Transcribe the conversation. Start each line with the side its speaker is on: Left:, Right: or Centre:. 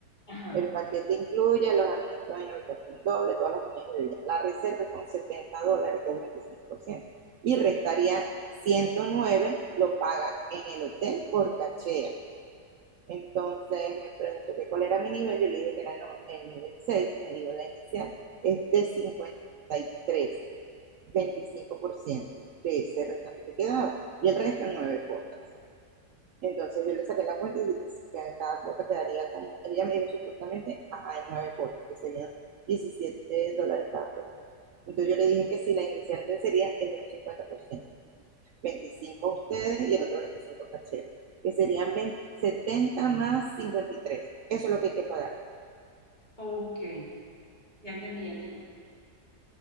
Left: Ajá.
Right: El paquete incluye alojamiento en habitación doble, todas las comidas y bebidas. La reserva es con 70 dólares, que es el 25%, Y restaría ciento nueve. lo paga en el hotel por cachea. Entonces me preguntó que cuál era mi nivel, yo le dije que era el nivel 6. me dijo la inicial, es de cincuenta y tres, veinticinco por ciento de ese rescate que quedaba. Y el resto en 9 cuotas. Entonces yo le saqué la cuenta y que cada cuota quedaría como, ella me dijo supuestamente, ajá, en nueve cuotas, que serían 17 dólares cada cuota. Entonces yo le dije que si la inicial sería el de un 50%, 25 ustedes y el otro 25 caché, que serían setenta más 53. Eso es lo que hay que pagar.
Left: Ok, ya entendí, ya entendí.